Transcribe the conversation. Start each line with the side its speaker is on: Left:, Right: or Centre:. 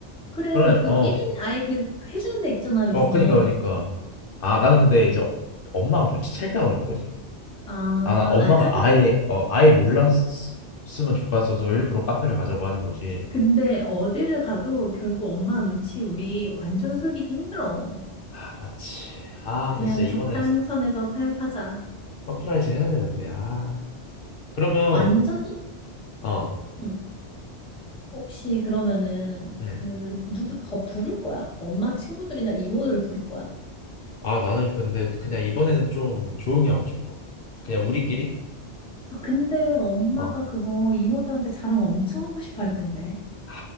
Centre: 그래,
Left: 그러냐,
Centre: 그
Left: 어,
Centre: 1인 아예 그 해주는 데 있잖아, 요즘은.
Left: 어, 그니까, 그니까. 아, 나는 근데 이제 엄마가 눈치챌까 봐 그런 거지.
Centre: 아,
Left: 아, 나 엄마가
Centre: 아, 하기는.
Left: 아예, 어, 아예 몰랐으면 좋겠어서 일부러 카페를 가자고 하는 거지.
Centre: 근데 어디를 가도 결국 엄마 눈치 우리 완전 히 속이기 힘들어.
Left: 아, 맞지. 아,
Centre: 그냥
Left: 근데 진짜 이번에
Centre: 적당선에서 타협하자.
Left: 서프라이즈 해야 되는데, 아. 그러면,
Centre: 완전히?
Left: 어.
Centre: 응. 혹시 그러면은
Left: 음.
Centre: 그 누구 더 부를 거야? 엄마 친구들이나 이모들을 부를 거야?
Left: 아, 나는 근데 그냥 이번에는 좀 조용히 하고 싶어. 그냥 우리끼리?
Centre: 아 근데 엄마가
Left: 어.
Centre: 그거 이모들한테 자랑 엄청 하고 싶어 할 텐데.
Left: 아,